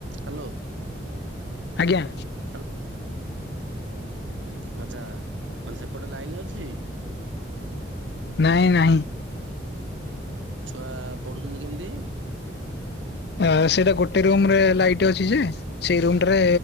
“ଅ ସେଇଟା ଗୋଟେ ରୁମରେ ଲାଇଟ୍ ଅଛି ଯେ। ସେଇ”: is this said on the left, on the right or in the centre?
Left